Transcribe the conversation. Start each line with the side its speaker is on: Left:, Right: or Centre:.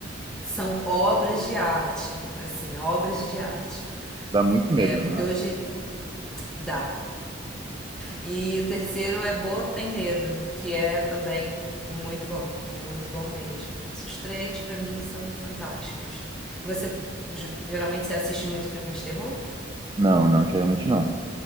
Centre: são obras de arte, assim, obras de arte,
Right: Dá muito
Centre: é,
Right: medo,
Centre: porque
Right: não dá?
Centre: hoje dá, E o terceiro é Bo Tem Medo, que é também muito bom, muito bom mesmo. Esses três pra mim são fantásticos. Você geralmente você assiste muito filme de terror?
Right: Não, não, geralmente não.